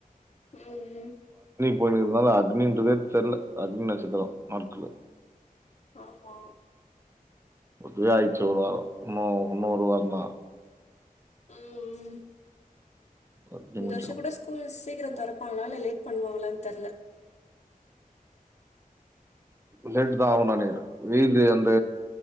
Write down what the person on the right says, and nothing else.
போய்னுருக்குதனால அக்னின்றதே தெரியல அக்னி நட்சத்திரம் ம்கல
<unintelligible> ஆயிச்சு ஒரு வாரம் இன்னும்-இன்னும் ஒரு வாரம்தான்
அக்னி
முடிஞ்சிரும்.
லேட் தான் ஆவும் நனக்கிறே வெய்ல அந்த